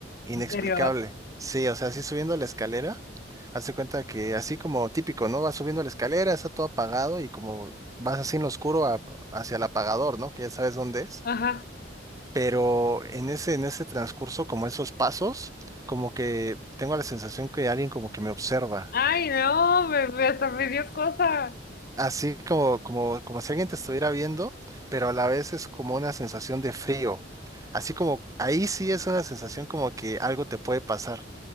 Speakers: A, on the right; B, on the left.
A: inexplicable.
B: ¿En serio?
A: Sí, o sea, así subiendo la escalera, hace cuenta que así como típico, ¿no? Vas subiendo la escalera, está todo apagado y como vas así en lo oscuro a- hacia el apagador, ¿no? Que ya sabes dónde es.
B: Ajá.
A: Pero en ese, en ese transcurso, como esos pasos, como que tengo la sensación que alguien como que me observa
B: Ay, no, me, me- hasta me dio cosa.
A: así como, como, como si alguien te estuviera viendo, pero a la vez es como una sensación de frío. Así como, ahí sí es una sensación como que algo te puede pasar.